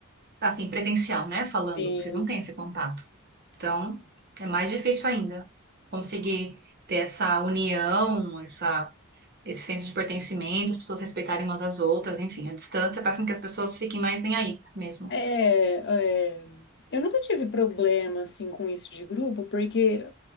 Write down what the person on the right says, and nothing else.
Assim, presencial, né, falando,
vocês não têm esse contato. Então, é mais difícil ainda conseguir ter essa união, essa esse senso de pertencimento, as pessoas respeitarem umas às outras, enfim, a distância faz com que as pessoas fiquem mais nem aí mesmo.